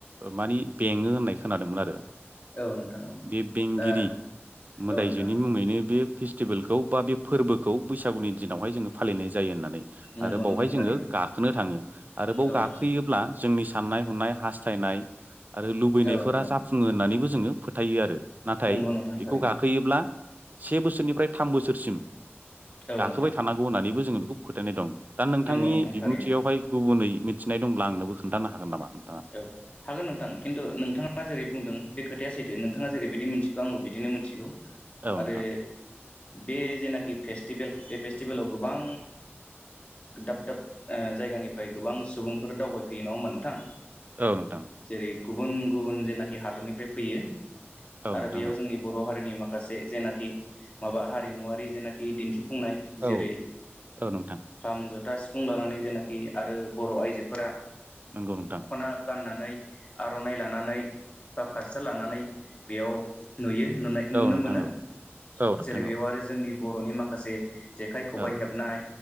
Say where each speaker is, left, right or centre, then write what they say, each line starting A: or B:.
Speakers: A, on the right; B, on the left.
A: मानि बेङो होननाय खोनादोंमोन आरो।
B: औ नोंथां औ
A: बे बेंगिरि
B: दा
A: मोदायजोनि
B: औ नोंथां
A: मुङैनो बे फेस्टिभेलखौ बा बे फोरबोखौ बैसागुनि दिनावहाय जोङो फालिनाय जायो होन्नानै आरो
B: नंगौ
A: बावहाय
B: नोंथां
A: जोङो
B: थारैनो
A: गाखोनो थाङो आरो बेयाव
B: औ
A: गाखोयोब्ला
B: नोंथां
A: जोंनि साननाय हनाय हास्थायनाय आरो लुबैनायफोरा
B: औ नोंथां
A: जाफुङो होननानैबो जोङो फोथायो आरो नाथाय
B: नंगौ नोंथां
A: बेखौ
B: थारैनो
A: गाखोयोब्ला से बोसोरनिफ्राय थाम बोसोरसिम
B: औ
A: गाखोबाय
B: नोंथां
A: थानांगौ होननानैबो जोङो बेखौ फोथायनाय दं। दा नोंथांनि
B: नंगौ नोंथां
A: बिबुंथियावहाय
B: थारैनो
A: गुबुनै मिथिनाय दंब्ला आंनोबो खोन्थानो हागोन नामा? नोंथाङा
B: औ हागोन नोंथां खिन्थु नोंथाङा जेरै बुंदों बे खोथाया सैथो नोंथाङा जेरैबायदि आंबो बिदिनो मोनथिगौ
A: औ
B: आरो
A: नोंथां
B: बे जेनाखि फेस स्टिभेल बे फेस्टिभेलाव गोबां दाब दाब जायगानिफ्राय गोबां सुबुंफोर दावबायफैयो नङा होनबा नोंथां?
A: औ नोंथां
B: जेरै गुबुन गुबुन जेनाखि हादरनिफ्राय फैयो
A: औ
B: आरो
A: नोंथां
B: बेयाव
A: औ
B: जोंनि बर' हारिनि माखासे जेनाखि माबा हारिमुवारि जेनाखि दिन्थिफुं फुंनाय
A: औ
B: जेरै
A: औ नोंथां
B: खाम जथा सिफुं फुं लानानै जेनाखि आरो बर आइजोफोरा
A: नंगौ नोंथां।
B: ना गाननानै आरनाइ लानानै बा फास्रा लानानै बेयाव नुयो नुनाय नुनो
A: औ नोंथां
B: मोनो
A: औ औ नोंथां
B: जेरै बेयाव
A: औ
B: आरो जोंनि बरनि माखासे जेखाइ खबाइ
A: औ
B: हेबनाय